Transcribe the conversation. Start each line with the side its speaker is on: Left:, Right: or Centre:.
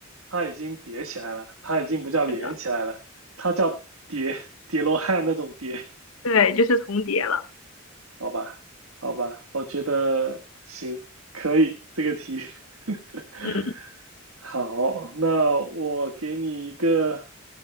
Right: 它已经叠起来了，它已经不叫连起来了，
Left: 是的，
Right: 它叫叠叠罗汉那种叠，
Left: 对，就是重叠了。
Right: 好吧，好吧，我觉得行，可以这个题。<laughs>
Left: 嗯
Right: 好，那我给你一个，